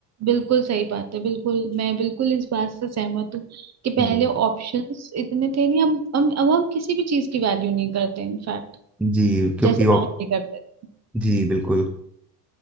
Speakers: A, on the right; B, in the centre.
A: बिल्कुल सही बात है बिल्कुल मैं बिल्कुल इस बात से सहमत हूँ कि
B: हम्म,
A: पहले ऑप्शंस इतने थे नहीं अब हम अब हम किसी भी चीज की वैल्यू नहीं करते इनफैक्ट
B: जी क्योंकि
A: जैसे पहले
B: ऑप-
A: करते थे।
B: जी बिल्कुल